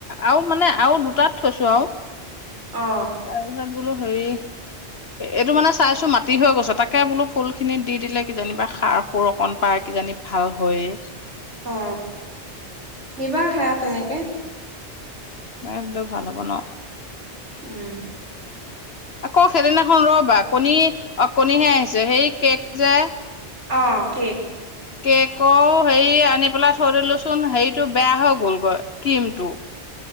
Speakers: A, on the left (about 60°); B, on the right (about 80°).
A: আৰু মানে আৰু দুটাত থৈছো আও।
B: অ
A: তাৰপিছত বোলো হেৰি এইটো মানে চাইছো মাটি হৈ গৈছে, তাকে বোলো ফুলখিনিত দি দিলে কিজানিবা সাৰ সুৰ অকন পায় কিজানি ভাল হইয়ে।
B: অ দিবা হাৰ তেনেকে
A: দিলোঁ ভাল হ'ব ন?
B: উম
A: আকৌ সেইদিনাখন ৰবা কণী অ কণীহে আহিছে হেৰি কেক যে
B: অ কেক।
A: কেকৰ হেৰি আনি পেলাই থৈ দিলোচোন হেৰিটো বেয়া হৈ গলগৈ ক্ৰীমটো।